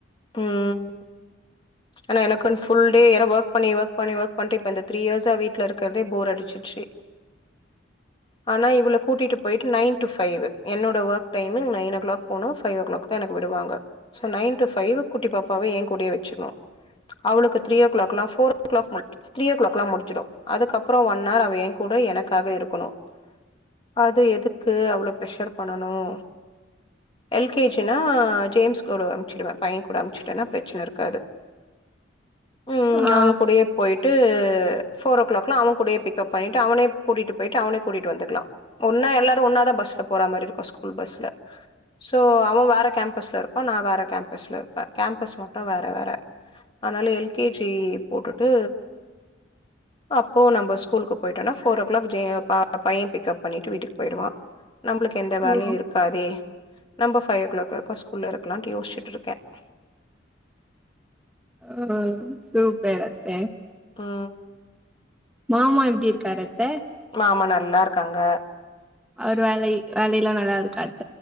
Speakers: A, on the left; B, in the centre.
A: ம் ஆனா எனக்கு வந்து ஃபுள் டே ஏனா வொர்க் பன்னி வொர்க் பன்னி போர் அடிச்சிட்டுச்சி ஆனா இவள் கூட்டிட்டு போய்ட்டு நைன் டூ பைவ் என்னோட வொர்க் டைமிங் நைனோ க்ளாக் போனும் பைவ்வோ க்ளாக் தா என்ன விடுவாங்க ஸோ நைன் டூ பை குட்டி பாப்பாவை ஏ கூடே வச்சுக்கணும் அவளுக்கு த்ரீ ஓ கிளாக்லாம் ஃபோர் ஓ கிளாக் த்ரீ ஓ கிளாக்லாம் முடிஞ்சிடும் அதுக்கப்புறம் ஒன் ஆர் அவ என் கூட எனக்காக இருக்கணும் அது எதுக்கு அவ்வளோ ப்ரெஷர் பண்ணணும் எல்கேஜினா ஜேம்ஸ் கூட அமிச்சுடுவ பையன் கூட அமிச்சுட்டேன்னா பிரச்சனை இருக்காது உம்
B: ஆ
A: அவன் கூடேயே போயிட்டு ஃபோர்ரோ க்ளாக்ளா அவன் கூடியே பிக்கப் பன்னிட்டு அவனையே கூட்டிட்டு போய்ட்டு அவனையே கூட்டிட்டு வந்துக்கலாம் எல்லாரும் ஒன்னாதா பஸ்ல போற மாரி இருக்கும் ஸ்கூல் பஸ்ல ஸோ அவன் வேற கேம்பஸ் ல இருப்பான் நா வேற கேம்பஸ் ல இருப்பன் கேம்பஸ் மட்டும் வேற வேற அதனால எல்கேஜி போட்டுட்டு அப்போ நம்ப ஸ்கூலுக்கு போயிட்டோம்னா போர் ஓ கிளாக் பையன் பிக்கப் பண்ணிட்டு வீட்டுக்கு போயிடுவான் நம்மளுக்கு எந்த வேலையும்
B: ஓ
A: இருக்காதே நம்ப பைவ்வோ கிளாக் வரைக்கும் ஸ்கூல்ல இருக்கலாம் யோசிச்சிட்இருக்கு க
B: ஹ சூப்பர் அத்த
A: உஹம்
B: மாமா எப்படி இருக்கார் அத்த
A: மாமா நல்லா இருக்காங்க
B: அவர் வேலை வேலைலாம் நல்லா இருக்கா அத்